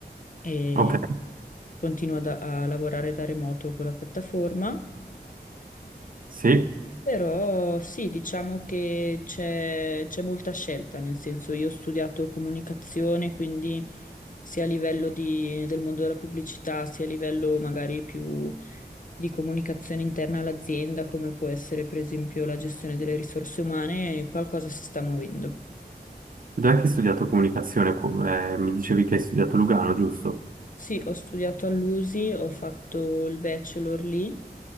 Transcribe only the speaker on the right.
Ok,
sì.
Dov'è che hai studiato comunicazione? Co- eh, mi dicevi che hai studiato Lugano, giusto?